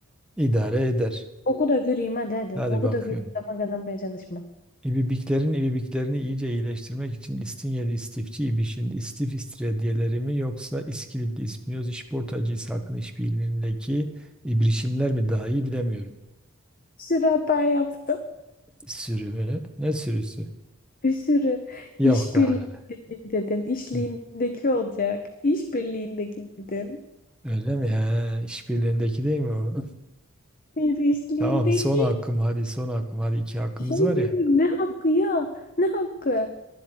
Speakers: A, in the centre; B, on the left (about 40°).
A: İdare eder.
B: Oku da göreyim hadi hadi.
A: Hadi
B: Oku
A: bakıyorum.
B: da göreyim. Tamam kazanmaya çalışma.
A: İbibiklerin ibibiklerini iyice iyileştirmek için İstinyeli istifçi İbiş'in istif istiridyeleri mi yoksa İskilipli İspinyoz İşportacı İshak'ın işbirliğindeki ibrişimler mi daha iyi bilemiyorum.
B: Sürata yaptım.
A: Sürü böyle. Ne sürüsü?
B: Bir sürü
A: Yok
B: işbirliğindeki
A: daha neler.
B: dedin, işliğindeki
A: Hı.
B: olacak. İşbirliğindeki dedin.
A: Öyle mi? He, işbirliğindeki değil mi o?
B: Bir işliğindeki.
A: <laughs> Tamam son hakkım hadi son hakkım hadi iki hakkımız
B: Hayır,
A: var ya.
B: ne hakkı ya? Ne hakkı? Ya